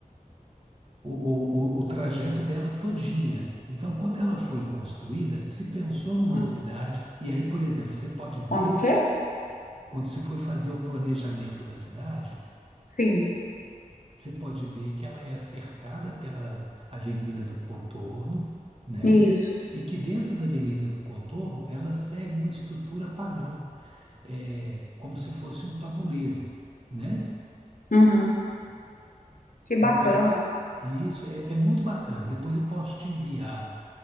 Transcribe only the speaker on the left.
hum.
Quando o quê?
Sim,
isso.
Uhum. Que bacana.